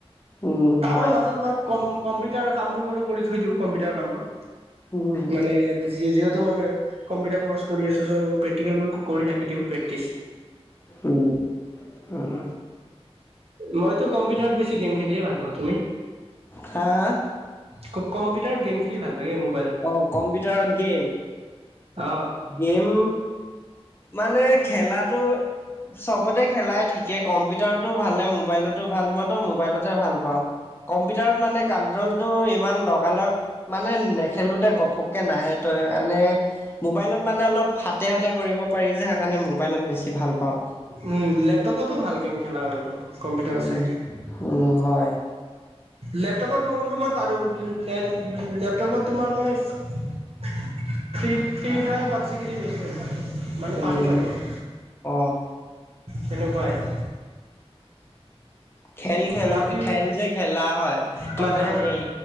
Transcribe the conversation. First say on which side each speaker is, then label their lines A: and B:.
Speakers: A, on the left; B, on the right.
A: উম
B: তাৰো
A: হয়
B: মাজত মই কম কম্পিউটাৰ কাম বোৰ বাৰু কৰি থৈ দিওঁ, কম্পিউটাৰ কাম বোৰ।
A: উম
B: মানে, যিহেতু মই কম্পিউটাৰ কৰ্চ কৰি আছো। চ প্ৰেক্টিকেল বোৰ কৰি ৰাখি দিওঁ প্ৰেক্টিছ।
A: উম উম,
B: মইতো কম্পিউটাৰত বেছি গেম খেলিয়ে ভাল পাওঁ, তুমি?
A: হা হা
B: খুব কম্পিউটাৰত গেম খেলি ভাল লাগে মোৰ।
A: অ কম্পিউটাৰত গেম।
B: অ
A: গেম মানে খেলাটো, চবতে খেলাই ঠিক। কে কম্পিউটাৰতো ভালে মোবাইলতো, ভাল, মইতো মোবাইলতে ভাল পাওঁ কম্পিউটাৰত মানে কন্ট্ৰলটো ইমান লগালগ। মানে নেখেলোতে ঘপককে নাহে। তই - সেইকাৰণে, মোবাইলত মানে অলপ হাতে হাতে কৰিব, পাৰি যে সেইকাৰণে মবাইলত বেছি ভাল পাওঁ।
B: উম লেপটপতো ভাল গেম খেলা কিন্তু, কম্পিউটাৰ
A: উম
B: চাই,
A: উম হয়।
B: লেপটপত <unintelligible> মই পাৰো লেপটপত তোমাৰ মই, ফ্ৰী ফায়াৰ পাবজি খেলি পাইছো। মানে মানে
A: উম
B: পাৰো মানে মই,
A: অ
B: তেনেকুৱাই।
A: খেল খেল
B: বাকী
A: খেল যে খেলা হয়
B: হয়
A: মানে,
B: হয়
A: ই